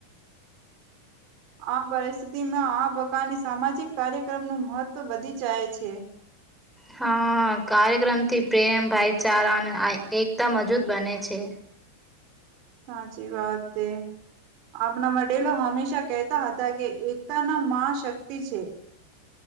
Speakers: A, on the right; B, in the centre.
A: આ પરિસ્થિતિમાં આ પ્રકારની સામાજિક કાર્યક્રમનું મહત્ત્વ વધી જાય છે.
B: હા કાર્યક્રમથી પ્રેમ ભાઈચારા અને એકતા મજબૂત બને છે.
A: સાચી વાત છે. આપણા વડીલો હંમેશા કહેતા હતા કે એકતાના મા શક્તિ છે.